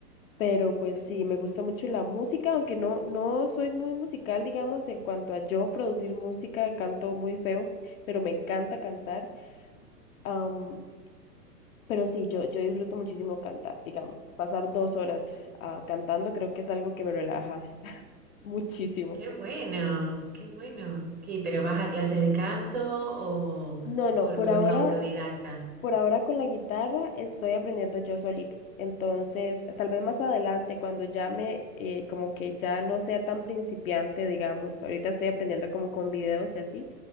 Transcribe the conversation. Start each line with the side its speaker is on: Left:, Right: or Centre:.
Left: Pero
Right: <laughs>
Left: pues sí, me gusta mucho la música, aunque no, no soy muy musical, digamos, en cuanto a yo producir música, canto muy feo, pero me encanta cantar. Am, pero sí, yo, yo disfruto muchísimo cantar, digamos. Pasar dos horas ah, cantando creo que es algo que me relaja <laughs> muchísimo.
Right: ¡Qué bueno! ¡Qué bueno! ¿Qué, pero vas a clases de canto o,
Left: No, no,
Right: o,
Left: por
Right: o
Left: ahora
Right: es autodidacta?
Left: Por ahora con la guitarra estoy aprendiendo yo solita. Entonces, tal vez más adelante, cuando ya me, eh, como que ya no sea tan principiante, digamos, ahorita estoy aprendiendo como con videos y así,